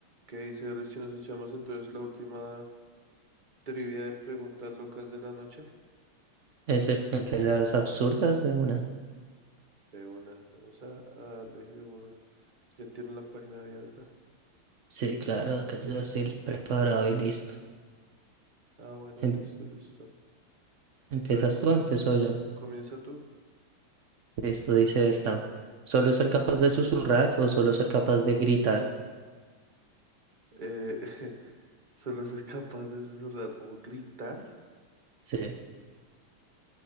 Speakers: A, on the right; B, on the right.
A: ¿Qué dice Richie? Nos echamos entonces la última trivia de preguntas locas de la noche.
B: Ese, el de las absurdas de una.
A: De una, vamos a, a darle de una. Ya tiene la página abierta.
B: Sí, claro, que es así el preparado y listo.
A: Ah, bueno,
B: Em-
A: listo, listo.
B: ¿Empiezas
A: Entonces,
B: tú o empiezo yo?
A: comienza tú.
B: Listo, dice esta. ¿Solo ser capaz de susurrar o solo ser capaz de gritar?
A: Eh, <laughs> solo se es capaz de susurrar o gritar.
B: Sí,